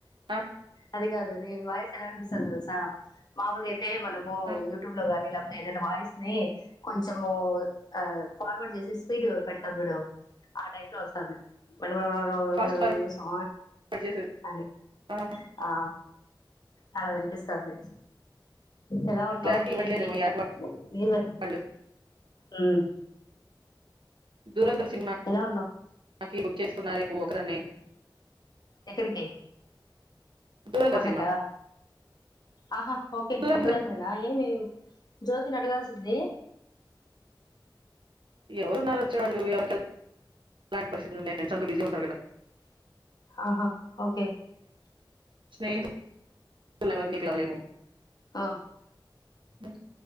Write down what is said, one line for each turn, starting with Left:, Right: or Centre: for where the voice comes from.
Right: ఆ,
Left: అది కాదు నీ వాయిస్ ఎలా వినిపిస్తుంది తెల్సా మామలుగ అయితే మనము
Right: ఆ,
Left: యూట్యూబ్ లో వన్నిలా ఏదని వాయిస్ నీ కొంచము ఆ ఫార్వర్డ్ చేసి స్పీడ్ పెడతాం చూడు ఆ టైప్ లో వస్తంది మన అ ఆ
Right: ఫాస్ట్ ఫార్వర్డ్
Left: సా
Right: చేసేది
Left: అని
Right: ఆహా,
Left: అ అలా వినిపిస్తోంది ఎలా ఉన్నావ్
Right: క్లారిటీ ఇవ్వట్లేదేమో
Left: ఏమి
Right: ఈ యాప్
Left: యువర్
Right: వాళ్ళు
Left: ఉం
Right: దురందర్ సినిమా
Left: ఎలా ఉన్నావు
Right: నాకి బుక్ చేసుకున్నా అయిపోవ్ ఒకన్ని
Left: ఎక్కడికి
Right: దూరంధర్
Left: కొండకా
Right: సినిమా
Left: ఆహా ఓకే
Right: దూరంధర్
Left: ఒకదానివేనా ఏమి ఏ మీ జ్యోతి ని ఎట కాల్స్ద్ది
Right: ఎవరున్నారు వచ్చే వాళ్ళు ఎవరికి <inaudible>
Left: ఆహా ఓకే
Right: స్నే లవర్లి కలేము
Left: ఆ
Right: <unintelligible>